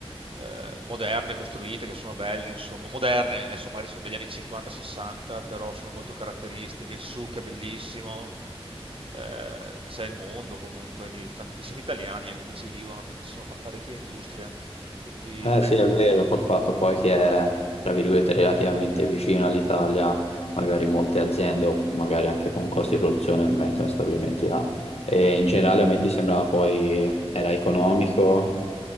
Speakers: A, on the right; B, on the left.
A: eh, moderne costruite che sono belle, insomma, moderne, adesso magari sono degli anni 50-60, però sono molto caratteristiche, il souk è bellissimo, eh, c'è il mondo comunque lì, tantissimi italiani anche che ci vivono perché ci sono fa- parecchie industrie, quindi
B: Eh
A: non
B: sì,
A: è...
B: è vero, col fatto poi che è, tra virgolette, relativamente vicino all'Italia, magari molte aziende o magari anche con costi di produzione mettono stabilimenti là. E in generale a me ti sembrava poi era economico,